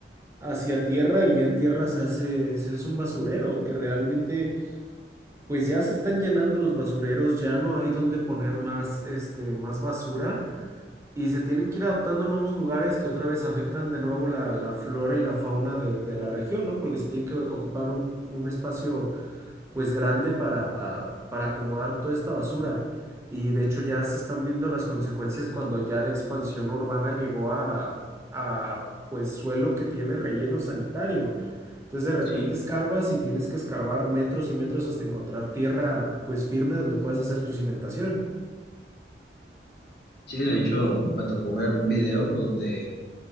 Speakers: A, on the right; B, on the left.
A: hacia tierra y ya en tierra se hace, se hace un basurero, que realmente pues ya se están llenando los basureros, ya no hay donde poner más, este, más basura y se tienen que ir adaptando a nuevos lugares que otra vez afectan de nuevo la, la flora y la fauna de, de la región, ¿no? Porque se tiene que ocupar un, un espacio pues grande para, para acomodar toda esta basura. Y de hecho ya se están viendo las consecuencias cuando ya la expansión urbana llegó a, a pues suelo que tiene relleno sanitario. Entonces de repente
B: Sí,
A: escarbas y tienes que escarbar metros y metros hasta encontrar tierra pues firme donde puedas hacer tu cimentación.
B: sí, de hecho me tocó ver un video donde